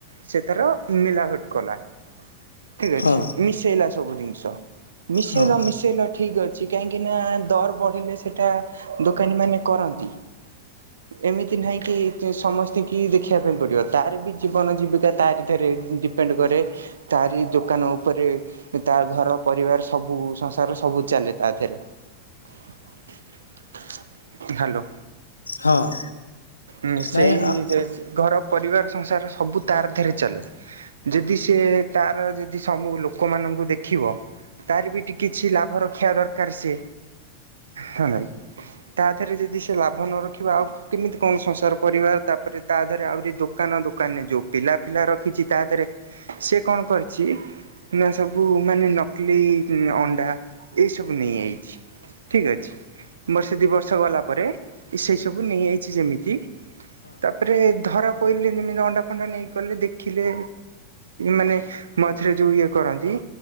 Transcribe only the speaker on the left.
ହଁ
ହଁ।
ହଁ
ନାଇଁ ହଁ